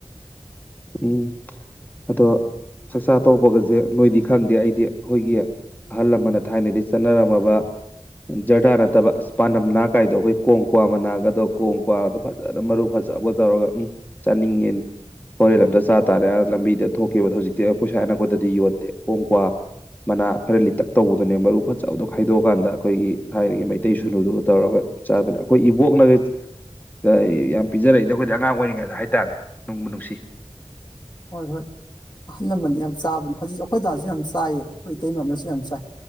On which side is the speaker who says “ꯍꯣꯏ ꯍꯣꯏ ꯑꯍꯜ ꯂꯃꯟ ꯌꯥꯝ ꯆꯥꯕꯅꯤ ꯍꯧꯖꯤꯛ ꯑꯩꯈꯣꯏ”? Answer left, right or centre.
Left